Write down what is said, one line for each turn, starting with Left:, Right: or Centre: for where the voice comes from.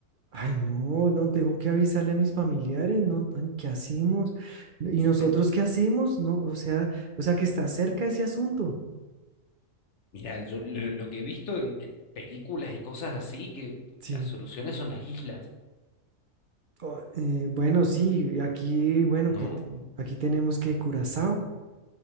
Right: ay, no, no, tengo que avisarle a mis familiares, no, ay, ¿qué hacemos? ¿Y nosotros
Left: Ten-
Right: qué hacemos? No, o sea, o sea que está cerca ese asunto.
Left: Mira, yo lo, lo que he visto en, en películas y cosas así, que
Right: Sí.
Left: las soluciones son las islas,
Right: O- eh, bueno, sí, aquí, bueno,
Left: ¿no?
Right: que t- aquí tenemos que Curazao.